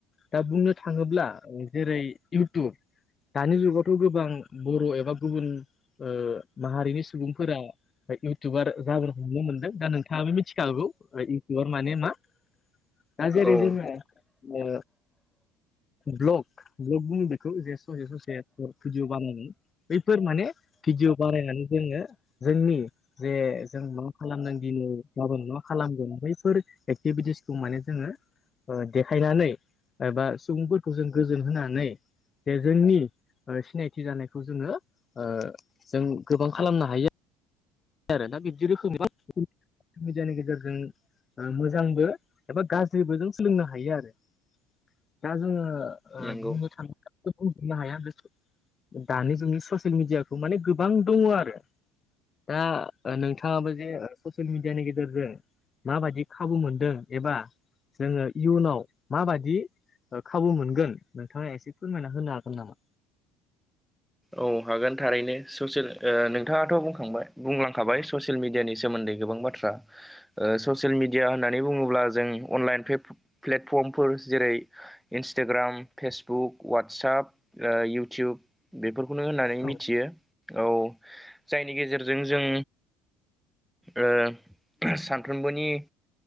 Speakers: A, on the left; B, in the centre.
A: दा बुंनो थाङोब्ला जेरै इउटुब दानि जुगावथ' गोबां बर' एबा गुबुन ओ माहारिनि सुबुंफोरा इउटुबार जाबोनो हमनो मोनदों दा नोंथाङाबो मिथिखागौ इउटुबार माने मा। दा जेरै
B: औ
A: जोङा ओ ब्लग ब्लग बुङो बेखौ जे ससे ससे भिडिअ बानायनाय बैफोर माने भिडिअ बारायनानै जोङो जोंनि जे जों मा खालामदों दिनै गाबोन मा खालामगोन बैफोर एकटिभिटिसखौ माने जोङो ओ देखायनानै एबा सुबुंफोरखौ जों गोजोन होनानै जे जोंनि ओ सिनायथि जानायखौ जोङो ओ जों गोबां खालामनो हायो आरो ना बिब्दिदि रोखोमनि <unintelligible> मिडियानि गेजेरजों ओ मोजांबो एबा गाज्रिबो जों सोलोंनो हायो आरो। दा जोङो ओ
B: नंगौ
A: बुंनो थाङोब्ला खौ बुंजोबनो हाया <inaudible> दानि जुगनि ससियेल मिडियाखौ माने गोबां दङ' आरो। दा ओ नोंथाङाबो जे ससियेल मिडियानि गेजेरजों माबायदि खाबु मोनदों एबा जोङो इयुनाव माबायदि ओ खाबु मोनगोन नोंथाङा एसे फोरमायना होनो हागोन नामा?
B: औ हागोन थारैनो ससेल ओ नोंथाङाथ' बुंखांबाय बुंलांखाबाय ससे सिल मिडियानि सोमोन्दै गोबां बाथ्रा।
A: <inaudible>
B: ओ ससियेल मिडिया होननानै बुङोब्ला जों अनलाइन फेफ-प्लेटफर्मफोर जेरै इन्सोटाग्राम, फेसबुक, वाटसाप, ओ इउटुब बेफोरखौनो होननानै
A: औ
B: मिथियो औ जायनि गेजेरजों जों ओ सानफ्रोमबोनि